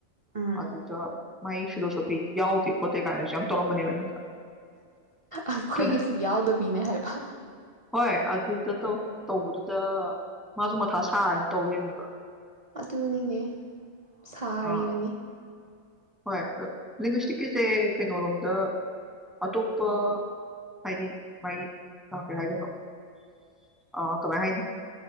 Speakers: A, on the right; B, in the centre.
A: ꯎꯝ
B: ꯑꯗꯨꯗ ꯃꯥꯏ ꯐꯤꯂꯣꯖꯣꯐꯤ ꯌꯥꯎꯗꯦ ꯈꯣꯠꯇꯦꯒꯥꯏꯅꯁꯨ ꯌꯥꯝ ꯇꯧꯔꯝꯕꯅꯦꯕ ꯑꯩꯉꯣꯟꯗ꯫
A: ꯑꯩꯈꯣꯏꯒꯖꯦ
B: ꯑꯗ
A: ꯌꯥꯎꯗꯕꯤꯅꯦ ꯍꯥꯏꯕ
B: ꯍꯣꯏ ꯑꯗꯨꯗ ꯇꯧ ꯇꯧꯕꯗꯨꯗ ꯃꯥꯥꯁꯨ ꯃꯊꯥ ꯁꯥꯔꯦꯅ ꯇꯧꯂꯩꯔꯦꯕ꯫
A: ꯑꯗꯨꯅꯤꯅꯦ ꯁꯥꯔꯤꯕꯅꯤ
B: ꯑꯥ ꯍꯣꯏ ꯂꯤꯡꯒꯨꯏꯁꯇꯤꯁꯀꯤꯖꯦ ꯀꯩꯅꯣꯔꯣꯝꯗ ꯑꯇꯣꯞꯄ ꯍꯥꯗ ꯃꯥꯒꯤ ꯑꯥ ꯀꯩ ꯍꯥꯏꯗꯣꯏꯅꯣ ꯑꯥ ꯀꯃꯥꯏ ꯍꯥꯏꯅꯤ